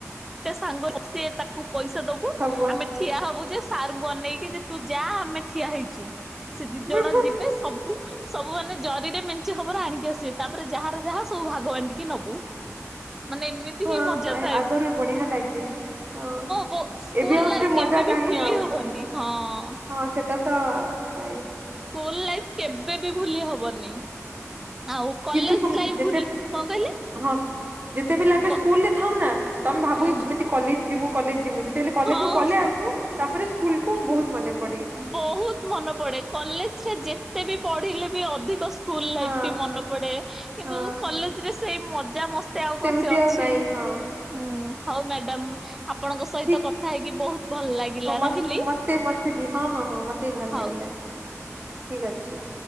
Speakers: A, in the centre; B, on the right.
A: ସାଙ୍ଗ ସେ ତାକୁ ପଇସା ଦବୁ
B: ସବୁ
A: ଆମେ ଠିଆ ହବୁ ଯେ ସାର୍ ଅନେଇକି ଯେ ତୁ ଯା ଆମେ ଠିଆ ହେଇଛୁ । ସେ ଦି
B: ହଁ।
A: ଜଣ ଯିବେ ସବୁ ସବୁ ମା ମାନେ ଜରିରେ ମେଞ୍ଚେ ଖବର ଆଣିକି ଆସିବେ ତାପରେ ଯାହାର ଯାହା ସବୁ ଭାଗବାଣ୍ଟି କି ନବୁ । ମାନେ ଏମିତି
B: ହଁ
A: ହିଁ ମଜା
B: ଆ-
A: ଥାଏ।
B: ଆଗରୁ ବି ଲାଗେ ହଁ
A: ବୋ ସ୍କୁଲ
B: ଏବେ ଆଉ
A: ଲାଇଫ
B: ସେ ମଜା
A: କେବେ ବି
B: କାହିଁ
A: ଭୁଲି
B: ଆଉ
A: ହବନି ହଁ।
B: । ହଁ ସେଟା ତ ଆ
A: ସ୍କୁଲ ଲାଇଫ କେବେ ବି ଭୁଲି ହବନି। ଆଉ କଲେଜ
B: କିନ୍ତୁ ସମ-
A: ଲାଇଫ
B: ଯେତେ
A: ଭୁଲି କଣ କହିଲେ
B: ହଁ ଯେତେବେଳେ ଆମେ
A: କ
B: ସ୍କୁଲରେ ଥାଉ ନା ତମେ ଭାବୁ
A: ହୁଁ
B: କେମିତି କଲେଜ ମୁଁ କଲେଜ ମୁଁ ଯେତେବେଳେ କଲେଜକୁ
A: ହଁ।
B: ପଳେଇ ଆସିଲୁ ତାପରେ କୁଲକୁମ ବହୁତ ମନେ ପଡେ
A: ବହୁତ ମନେ ପଡେ କଲେଜରେ ଯେ ତେ ବି ପଢିଲେ ବି ଅଧିକ ସ୍କୁଲ ଲାଇଫ
B: ହଁ
A: କି ମନେ ପଡେ କିନ୍ତୁ
B: ହଁ
A: କଲେଜରେ ସେଇ ମଜା ମସ୍ ସେ ଆଉ କଣ
B: ସେମିତି
A: ସେ ଅଛି,
B: ଆଉ ନାଇଁ ହଁ
A: ହଁ ହଉ ମ୍ୟାଡାମ ଆପଣଙ୍କ ସହିତ
B: ଠିକ
A: କଥା ହେଇକି ବହୁତ ଭଲ ଲାଗିଲା,
B: ହଁ ମତ-
A: ରହିଲି।
B: ମତେ ମତେ ବି ହଁ ହଁ ହଁ ମତେ ବି ଭଲ
A: ହଉ।
B: ଲାଗିଲା। <inaudible> ଠିକ ଅଛି।